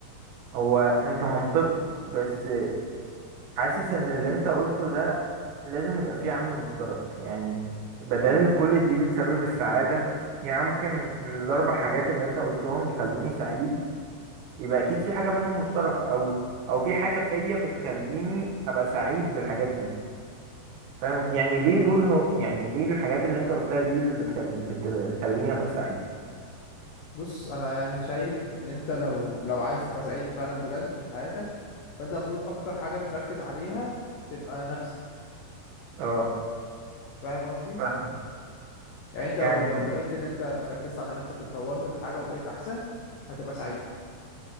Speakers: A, on the right; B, on the left.
A: هو انت منطقي بس حاسس ان اللي انت قلته ده لازم يبقى فيه عامل مشترك يعني بدل كل دي بتسبب السعادة يعني ممكن الاربع حاجات اللي انت قلتهم يخلوني سعيد يبقى اكيد في حاجة بينهم مشتركة او او في حاجة فيا بتخليني ابقى سعيد بالحاجات دي فاهم يعني ليه
B: اه
A: دول هو يعني ليه الحاجات اللي انت قلتها دي اللي بتخلي بتخليني ابقى سعيد
B: بص انا يعني شايف ان انت لو لو عايز تبقى سعيد فعلا بجد في حياتك فانت المفروض اكتر حاجة تركز عليها تبقى نفسك
A: اه
B: فاهم قصدي
A: فاهمة
B: يعني انت لو
A: يعني
B: لو لقيت ان انت مركزت على نفسك اتطورت في حاجة وبقيت احسن هتبقى سعيد